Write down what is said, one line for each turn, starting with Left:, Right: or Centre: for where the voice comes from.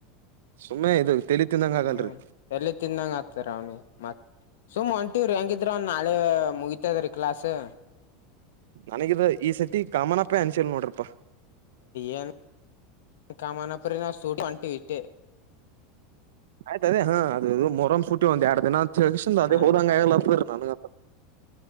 Right: ಸುಮ್ಮನೆ ಇದು ತಲಿ ತಿಂದಂಗ ಆಗಲ್ರಿ
Left: ಹ್ಮ್ ಎಲ್ಲಿ ತಿಂದಂಗ ಆತಾರ ಅವ್ನಿ ಮತ್ ಸುಮ್ ಒಂಟಿವ್ರು ಹೆಂಗಿದ್ರ ಅವ ನಾಳೆ ಮುಗತದರ್ ಕಲಾಸ್ು
Right: ನನಗಿದ ಈ ಸತಿ ಕಾಮನಪ್ಪ ಅಂಚೆಲ್ ನೋಡ್ರಪ್ಪಾ
Left: ಏನ್ನು ಕಾಮನ ಪರಿ ನಾವು ಸೂಡು ಅಂಟ ಹ
Right: ಆಯ್ತ ಅದೇ ಹಾ ಮುೊರಂ ಸೂಟ್ಟಿ ಒಂದು ಎರಡು ದಿನಷಿಂದ ಅದೇ
Left: ಹ್ಮ್
Right: ಹೋದಾಂಗಲ್ಲ ನನುಗೆಂತ